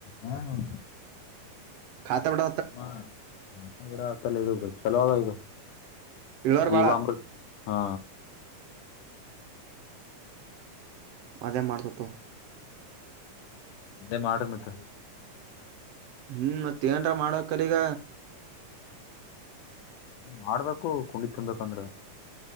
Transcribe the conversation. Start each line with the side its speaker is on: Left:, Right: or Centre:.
Left: ಹಾಂ
Right: ಾತಾ ಬಡ
Left: ಹ ಆತ ಕೂಡ ಆತಲ್ಲ ಇ ಚಲೋ ಆ ಇದು
Right: ಇಳೋರ್
Left: ಜೀವಾಾಮೃತ
Right: ಬಾಳ
Left: ಹಾ
Right: ಅದೇ ಮಾಡ್ತತ್ತು
Left: ಅದೇ ಮಾಡ್ರ ಮತೇ
Right: ಹ್ಮ್ ಮತ್ತ ಏನ್ರ ಮಾಡೋಕರಿಗ
Left: ಮಾಡ್ಬೇಕು ಕುಂಡಿ ತಿುನ್ಬೇಕಂದ್ರೆ